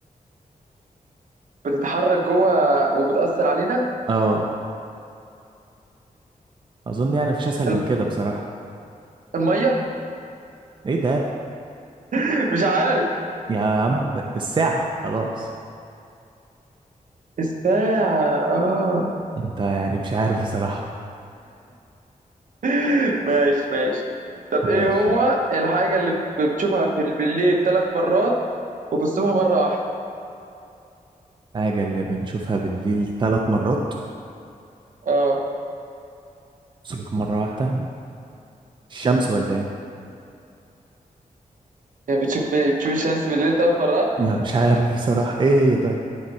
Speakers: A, on the right (about 65°); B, on the right (about 35°).
A: بتتحرك جوه وبتأثر علينا
B: اه اظن يعني مفيش اسهل
A: الم-
B: من كده بصراحة
A: المية
B: ايه ده
A: <laughs> مش عارف
B: يا عم الساعة خلاص
A: الساعة اه
B: انت يعني مش عارف بصراحة
A: <laughs> ماشي ماشي طب ايه
B: ماشي
A: هو الحاجة اللي بتشوفها في بالليل ثلاث مرات وفي الصبح مرة واحدة
B: حاجة اللي بنشوفها بالليل ثلاث مرات
A: اه
B: الصبح مرة واحدة الشمس ولا ايه
A: يعني بتشوف بتشوف الشمس بالليل ثلاث مرات
B: ما مش عارف بصراحة ايه هي طيب